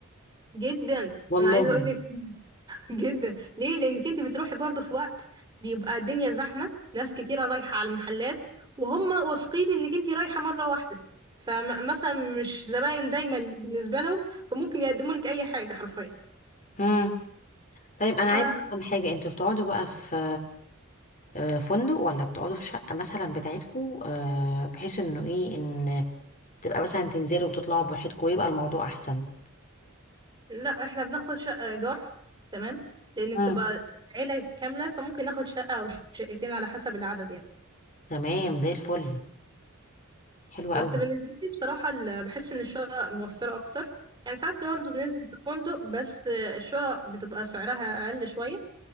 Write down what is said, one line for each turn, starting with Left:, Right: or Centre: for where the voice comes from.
Right: جدا
Left: والله
Right: انا عايزه اقول لك <laughs> جدا ليه لانك انت بتروحي برضه في وقت بيبقى الدنيا زحمه ناس كتيره رايحه على المحلات وهم واثقين انك انت رايحه مره واحده فمثلا مش زباين دايما بالنسبه لهم فممكن يقدموا لك اي حاجه حرفيا
Left: مم. طيب
Right: ف-
Left: انا عايزه افهم حاجه انتوا بتقعدوا بقى في آه، فندق ولا بتقعدوا في شقه مثلا بتاعتكم آه، بحيث انه ايه ان تبقى مثلا تنزلوا وتطلعوا براحتكم ويبقى الموضوع احسن
Right: لا احنا بناخد شقه ايجار تمام لان
Left: مم.
Right: بتبقى عيله كامله فممكن ناخد شقه او شقتين على حسب العدد يعني
Left: تمام زي الفل حلو
Right: بس
Left: قوي
Right: بالنسبة لي بصراحة ال- بحس إن الشقق موفرة أكتر يعني ساعات برضه بننزل في فندق بس الشقق بتبقى سعرها أقل شوية